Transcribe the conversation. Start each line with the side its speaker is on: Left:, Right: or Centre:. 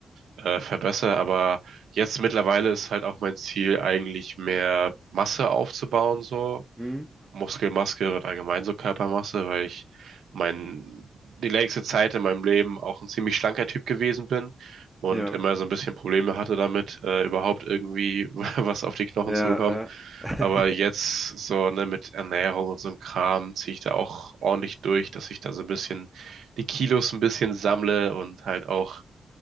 Right: äh, verbessere. Aber jetzt mittlerweile ist halt auch mein Ziel, eigentlich mehr Masse aufzubauen, so.
Centre: Mhm.
Right: Muskelmasse und allgemein so Körpermasse, weil ich mein, die längste Zeit in meinem Leben auch ein ziemlich schlanker Typ gewesen bin und
Centre: Ja.
Right: immer so ein bisschen Probleme hatte damit, äh, überhaupt irgendwie <laughs> was auf die Knochen
Centre: Ja,
Right: zu bekommen.
Centre: ja. <laughs>
Right: Aber jetzt so, ne, mit Ernährung und so einem Kram ziehe ich da auch ordentlich durch, dass ich da so ein bisschen die Kilos ein bisschen sammle und halt auch